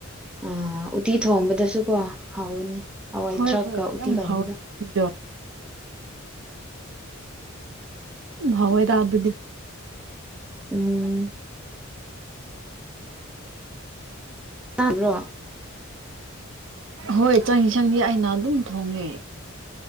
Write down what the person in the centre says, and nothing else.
ꯑ ꯎꯇꯤ ꯊꯣꯡꯕꯗꯁꯨꯀꯣ ꯍꯥꯎꯕꯅꯤ ꯍꯋꯥꯏ
ꯊ꯭ꯔꯥꯛꯀ
ꯎꯇꯤ
ꯇꯧꯕꯗ
ꯎꯝ ꯇꯥꯕ꯭ꯔꯣ